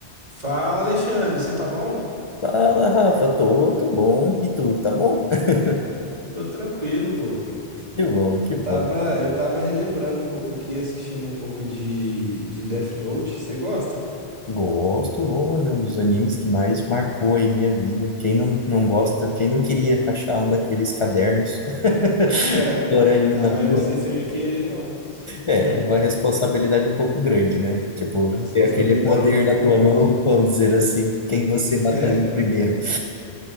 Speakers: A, on the right; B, on the left.
A: Fala, Alexandre, você tá bom?
B: Fala, Rafa, tô, tô bom. E tu, tá bom? <laughs>
A: Tô tranquilo, pô.
B: Que bom, que
A: Eu
B: bom.
A: tava, eu tava relembrando um pouco aqui, assistindo um pouco de, de Death Note. Você gosta?
B: Gosto, ô, mano, é um dos animes que mais marcou aí minha vida. Quem não, não gosta, quem não queria achar um daqueles cadernos <laughs>
A: <laughs>
B: por aí
A: Ah,
B: na rua?
A: eu não sei se eu ia querer, não.
B: É,
A: <laughs>
B: é uma responsabilidade um pouco grande, né? Tipo,
A: É uma responsabilidade
B: ter aquele poder
A: muito
B: na
A: grande.
B: tua mão, <laughs> vamos dizer assim, quem você
A: <laughs>
B: mataria
A: É,
B: primeiro.